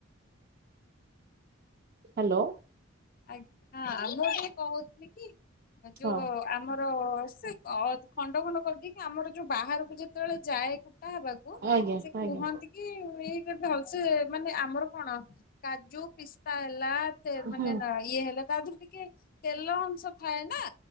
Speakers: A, on the right; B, on the left.
A: ହାଲୋ।
B: ଆଗ୍ ହଁ ଆ ମୁଁ ଟିକେ କୋହୁଥିଲି କି ଯୋଉ
A: ହଁ।
B: ଆମର ର ସେ ଅଦ ଖଣ୍ଡ ଖଣ୍ଡ କରିଦେଇକି ଆମର ଯୋଉ ବାହାରକୁ ଯେତେବେଳେ ଯାଏ କୁ କୁଟା ହବାକୁ
A: ଆଜ୍ଞା
B: ସେ କୁହନ୍ତି
A: ଆଜ୍ଞା
B: କି ଏଇ ଭଲସେ ମାନେ ଆମର କଣ କାଜୁ ପିସ୍ତା ହେଲା ତେ ମାନେ
A: ହୁଁ
B: ଇଏ ହେଲା ତା ଥୀରେ ଟିକେ ତେଲ ଅଂଶ ଥାଏ ନାଁ?